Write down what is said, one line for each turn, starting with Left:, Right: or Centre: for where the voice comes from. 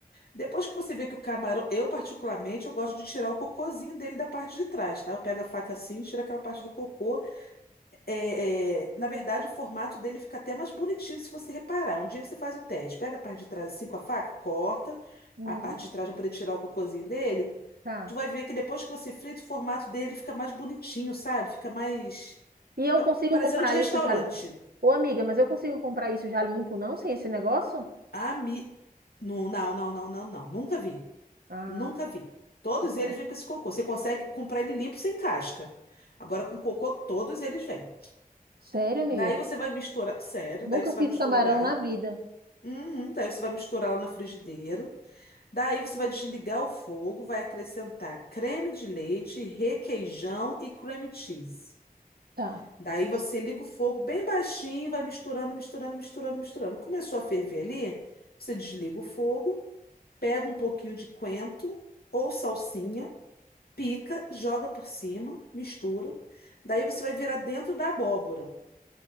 Left: Depois que você vê que o camarão, eu particularmente, eu gosto de tirar o cocôzinho dele da parte de trás, tá? Eu pego a faca assim, tiro aquela parte do cocô. É, é, na verdade, o formato dele fica até mais bonitinho se você reparar. Um dia você faz o teste. Pega a parte de trás assim com a faca, corta
Right: Hum,
Left: a parte de trás para poder tirar o cocôzinho dele
Right: tá.
Left: tu vai ver que depois que você frita, o formato dele fica mais bonitinho, sabe? Fica mais.
Right: E
Left: Fica
Right: eu consigo
Left: parecendo
Right: comprar
Left: de restaurante.
Right: isso já limpo? Ô, amiga, mas eu consigo comprar isso já limpo, não? Sem esse negócio?
Left: Ami... Não, não, não, não, não, não. Nunca vi.
Right: Ah,
Left: Nunca vi. Todos
Right: tá bom.
Left: eles vêm com esse cocô. Você consegue comprar ele limpo sem casca. Agora com cocô, todos eles vêm.
Right: Sério, amiga?
Left: Daí você vai misturar. Sério,
Right: Nunca
Left: daí você
Right: fiz
Left: vai misturar.
Right: camarão na vida.
Left: Uhum, daí você vai misturar lá na frigideira. Daí você vai desligar o fogo, vai acrescentar creme de leite, requeijão e cream cheese.
Right: Tá.
Left: Daí você liga o fogo bem baixinho, vai misturando, misturando, misturando, misturando. Começou a ferver ali, você desliga o fogo, pega um pouquinho de coentro ou salsinha, pica, joga por cima, mistura. Daí você vai virar dentro da abóbora,